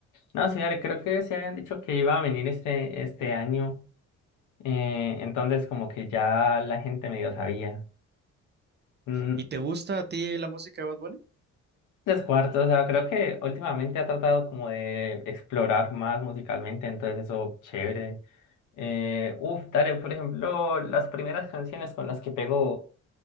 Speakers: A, on the left; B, on the right.
A: No, señores, creo que se habían dicho que iba a venir este, este año. eh, entonces, como que ya la gente medio sabía. Mm,
B: ¿Y te gusta a ti la música de Bad Bunny?
A: Descuarto, o sea, creo que últimamente ha tratado como de explorar más musicalmente, entonces eso, chévere. Eh, uf, dale, por ejemplo, las primeras canciones con las que pegó,